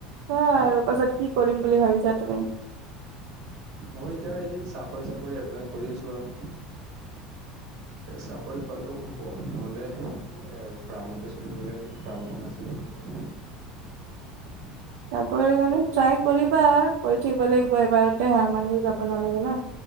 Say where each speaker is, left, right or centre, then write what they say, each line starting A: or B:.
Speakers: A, on the right (about 75°); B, on the right (about 55°).
A: সেয়াই
B: হা
A: আৰু, পাছত কি কৰিম বুলি ভাবিছা তুমি?
B: মই এতিয়া এই চাকৰি চাকৰি এপ্লাই কৰি আছো আৰু। চাকৰি পালেও হ'ব, নহ'লে সয়াই আৰু ফাৰ্মতে চলিব লাগিব ফাৰ্মখন আছিল যেতিয়া আৰু। <unintelligible>
A: চাকৰি কাৰণে ট্ৰাই কৰিবা কৰি থাকিব লাগিব এবাৰতে হাৰ মাৰি যাব নালাগে না।